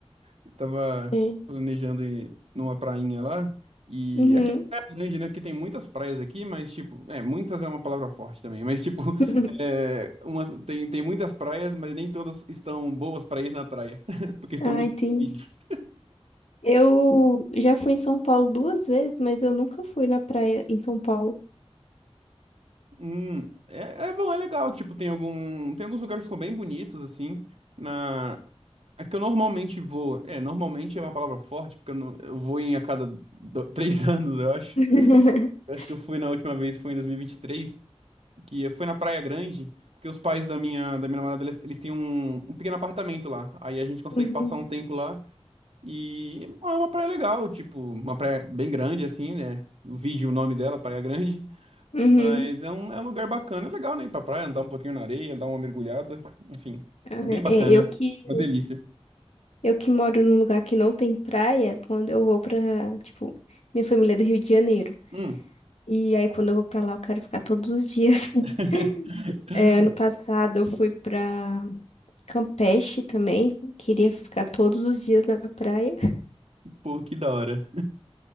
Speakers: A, on the right; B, on the left.
A: eu tava
B: É.
A: planejando ir numa prainha lá, e
B: Uhum.
A: aqui é grande, né, que tem muitas praias aqui, mas, tipo, é, muitas é uma palavra forte também, mas, tipo, <laughs>
B: <laughs>
A: é, uma, tem, tem muitas praias, mas nem todas estão boas pra ir na praia, <laughs> porque estão
B: Ah,
A: muito
B: entendi.
A: poluídas.
B: Eu já fui em São Paulo duas vezes, mas eu nunca fui na praia em São Paulo.
A: Hum, é, é bom, é legal. Tipo, tem algum, tem alguns lugares que são bem bonitos, assim. Na, é que eu normalmente vou. É, normalmente é uma palavra forte, porque eu, não- eu vou em a cada do- <laughs> três anos, eu acho.
B: <laughs>
A: Eu acho que eu fui na última vez, foi em 2023, que foi na Praia Grande, porque os pais da minha, da minha namorada, eles, eles têm um, um pequeno apartamento lá. Aí a gente consegue
B: Uhum.
A: passar um tempo lá. E bom, é uma praia legal, tipo, uma praia bem grande, assim, né? O vídeo, o nome dela, Praia Grande.
B: Uhum.
A: Mas é um, é um lugar bacana, é legal, né? Ir pra praia, andar um pouquinho na areia, dar uma mergulhada. Enfim,
B: Ah,
A: é bem bacana.
B: É, eu que
A: Uma delícia.
B: eu que moro num lugar que não tem praia, quando eu vou pra, tipo, minha família é do Rio de Janeiro.
A: Hum.
B: E aí, quando eu vou pra lá, eu quero ficar todos os dias.
A: <laughs>
B: <laughs> É, ano passado, eu fui pra Campeche também. Queria ficar todos os dias na praia.
A: Pô, que da hora.